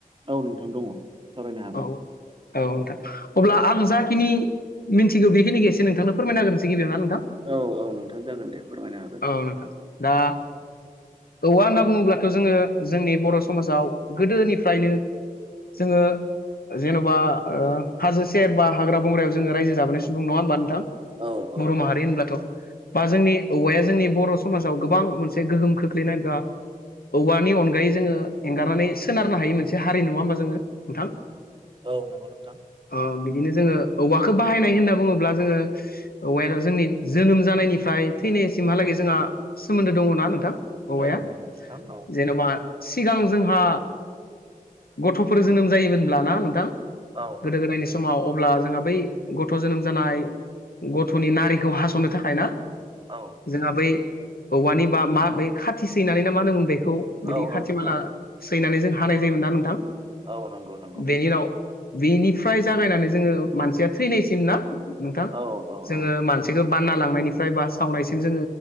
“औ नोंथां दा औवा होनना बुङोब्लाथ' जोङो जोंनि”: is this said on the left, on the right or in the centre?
Left